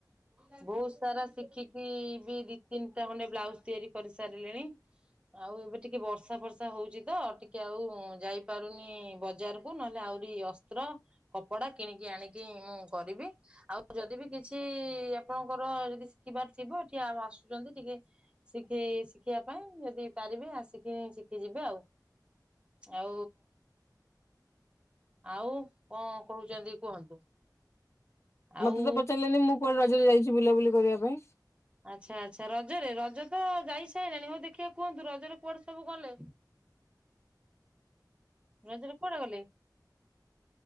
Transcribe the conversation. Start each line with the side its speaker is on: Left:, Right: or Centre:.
Right: ବହୁତ୍ ସାରା ଶିଖି ବି -ବି ଦି ତିନ୍ ଟା ଖଣ୍ଡେ ବ୍ଲାଉଜ୍ ତିଆରି କରି ସାରିଲିଣି। ଆଉ ଏବେ ଟିକେ ବର୍ଷା ଫର୍ଷା ହଉଚି ତ ଟିକେ ଆଉ ଯାଇ ପାରୁନି ବଜାର କୁ ନହେଲେ ଆହୁରି ଅସ୍ତ୍ର କପଡା କିଣିକି ଆଣିକି ମୁଁ କରିବି। ଆଉ ଯଦି ବି କିଛି ଆପଣଙ୍କର ଯଦି ଶିକିବାର ଥିବ ଏଠି ଆଉ ଆସୁଚନ୍ତି ଟିକେ ଶିଖେଇ -ଶିଖିବା ପାଇଁ ଯଦି ପାରିବେ ଆସିକି ଶିକି ଯିବେ ଆଉ। ଆଉ ଆଉ କଣ୍ କହୁଚନ୍ତି କୁହନ୍ତୁ? ଆଉ
Left: ମତେ ତ ପଚାରିଲେନି ମୁଁ କୁଆଡେ ରଜରେ ଯାଇଚି ବୁଲାବୁଲି କରିବା ପାଇଁ।
Right: ଆଚ୍ଛା- ଆଚ୍ଛା ରଜରେ ରଜ ତ ଯାଇ ସାଇଲାଣି ହଉ ଦେଖିଆ କୁହନ୍ତୁ ରଜରେ କୁଆଡେ ସବୁ ଗଲେ? ରଜରେ କୁଆଡେ ଗଲେ?